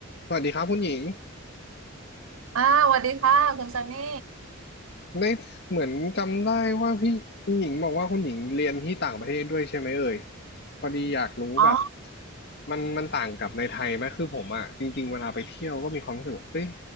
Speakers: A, on the left; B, on the right.
A: สวัสดีครับคุณหญิง
B: อ่าสวัสดีค่ะคุณซันนี่
A: ได้เหมือนจำได้ว่าพี่คุณหญิงบอกว่าคุณหญิงเรียนที่ต่างประเทศด้วยใช่ไหมเอ่ยพอดีอยากรู้แบบ
B: อ๋อ
A: มันมันต่างกับในไทยไหมคือผมอ่ะจริงๆเวลาไปเที่ยวก็มีความรู้สึกว่าเฮ้ย